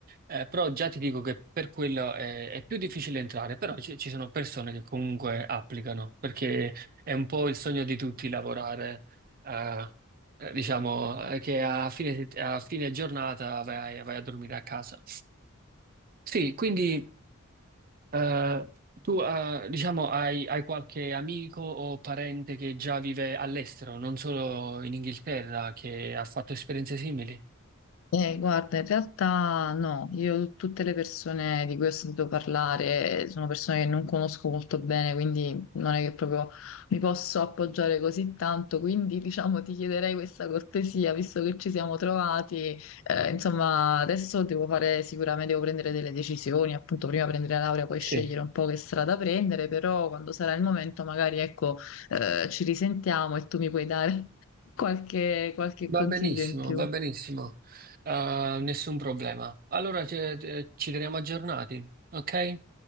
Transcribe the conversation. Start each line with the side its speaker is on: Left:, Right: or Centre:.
Right: Eh, però già ti dico che per quello è, è più difficile entrare, però ci, ci sono persone che comunque applicano, perché è un po' il sogno di tutti lavorare, eh, eh, diciamo, eh, che a fine, a fine giornata vai, vai a dormire a casa. Sì, quindi eh, tu, eh, diciamo, hai, hai qualche amico o parente che già vive all'estero, non solo in Inghilterra, che ha fatto esperienze simili?
Left: Eh, guarda, in realtà no, io tutte le persone di cui ho sentito parlare sono persone che non conosco molto bene, quindi non è che proprio mi posso appoggiare così tanto, quindi diciamo ti chiederei questa cortesia, visto che ci siamo trovati, eh, insomma adesso devo fare sicuramente, devo prendere delle decisioni, appunto prima prendere la laurea, poi scegliere
Right: Sì.
Left: un po' che strada prendere, però quando sarà il momento magari ecco eh, ci risentiamo e tu mi puoi dare <laughs> qualche qualche
Right: Va
Left: consiglio
Right: benissimo,
Left: in più.
Right: va benissimo. Eh, nessun problema. Allora ci, eh, ci teniamo aggiornati, ok?